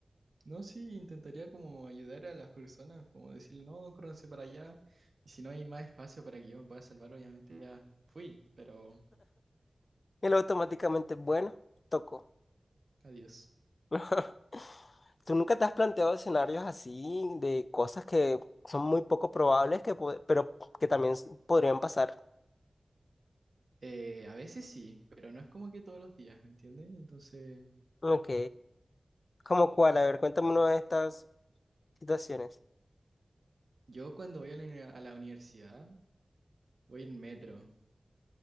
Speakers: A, on the right; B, on the left.
A: No, sí, intentaría como ayudar a las personas, como decirle, no, córranse para allá, y si no hay más espacio para que yo me pueda salvar, obviamente ya fui, pero
B: y él automáticamente, bueno, tocó.
A: adiós.
B: <laughs> ¿Tú nunca te has planteado escenarios así de cosas que son muy poco probables, que, po- pero que también s- podrían pasar?
A: Eh, a veces sí, pero no es como que todos los días, ¿me entiendes? Entonces,
B: Ok. ¿Cómo cuál? A ver, cuéntame una de estas situaciones.
A: yo cuando voy a la, uni- a la universidad, voy en metro